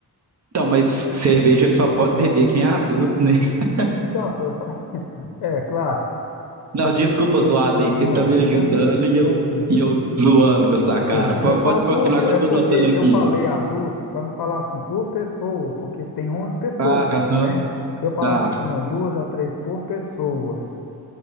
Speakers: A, on the right (about 40°); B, on the left (about 65°).
A: Então, mas cerveja só pode beber quem é adulto, né? <laughs>
B: Então, se eu faço. <laughs> É, claro.
A: Não, desculpa, zoada
B: É,
A: aí.
B: não,
A: Você tá me ajudando
B: tranquilo,
A: e
B: tranquilo.
A: eu, e eu zoando com essa cara.
B: É,
A: Po-
B: eu falo
A: Pode,
B: por.
A: continuar que
B: É
A: eu tô
B: porque
A: notando aqui.
B: eu falei adulto para não falar assim por pessoa, porque tem onze pessoas,
A: Ah, Aham,
B: né? Se eu falasse
A: tá.
B: assim, ó, duas a três por pessoas,